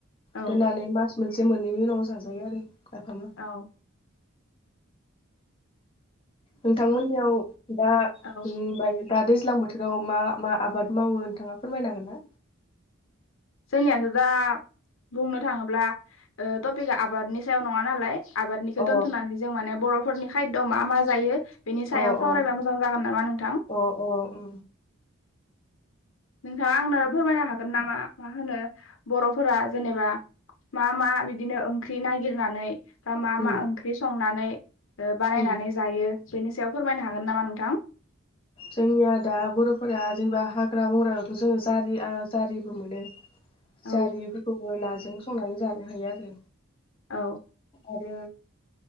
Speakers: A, on the left; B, on the left.
A: औ
B: दोननानै मास मोनसे मोननैनि उनाव जाजायो आरो। नाफामा
A: औ
B: नोंथांमोननियाव दा <unintelligible>
A: औ
B: दा दैज्लां बोथोराव मा मा आबाद मावो नोंथाङा फोरमायनो हागोन ना?
A: जोंनियासो दा बुंनो थाङोब्ला टपिकआ आबादनि सायाव नङा नालाय आबादनिखौ
B: अ
A: दोन्थ'नानै जों माने बरफ फोरनि खायद' मा मा जायो बेनि सायाव
B: अ
A: सावरायबा
B: अ
A: मोजां जागोन नामा नोंथां
B: अ अ उम
A: नोंथाङा आंनो फोरमायनो हागोन नामा मा होनो बर'फोरा जेनेबा मा मा बिदिनो ओंख्रि नागिरनानै बा मा
B: उम
A: मा ओंख्रि सङो संनानै बानायनानै
B: उम
A: जायो बेनि सायाव फोरमायनो हागोन नामा नोंथां
B: जोंनिया दा बर'फोरा जेनेबा ह हाग्रा बंग्रायावथ' जोङो जारि जारिबो मोनो
A: औ
B: जारि बो नाजों संनानै जानो हायो आरो
A: औ
B: आरो